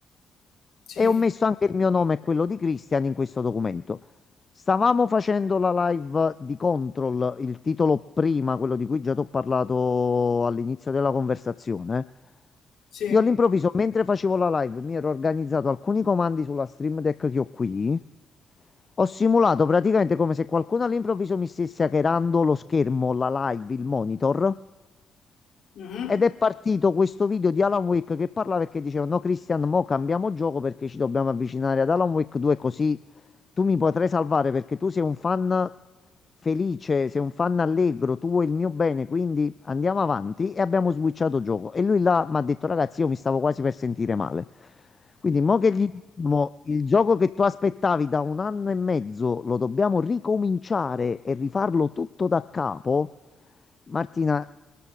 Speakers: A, on the left; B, on the left.
A: sì,
B: e ho messo anche il mio nome e quello di Christian in questo documento. Stavamo facendo la live di Control, il titolo prima, quello di cui già ti ho parlato all'inizio della conversazione.
A: sì.
B: Io all'improvviso, mentre facevo la live, mi ero organizzato alcuni comandi sulla Stream Deck che ho qui. Ho simulato praticamente come se qualcuno all'improvviso mi stesse hackerando lo schermo, la live, il monitor.
A: Mhm.
B: Ed è partito questo video di Alan Wake che parlava e che diceva: No, Christian, mo cambiamo gioco perché ci dobbiamo avvicinare ad Alan Wake 2, così tu mi potrai salvare perché tu sei un fan felice, sei un fan allegro, tu vuoi il mio bene, quindi andiamo avanti e abbiamo switchato gioco. E lui là mi ha detto, ragazzi, io mi stavo quasi per sentire male. Quindi, mo che gli diciamo, il gioco che tu aspettavi da un anno e mezzo lo dobbiamo ricominciare e rifarlo tutto da capo, Martina,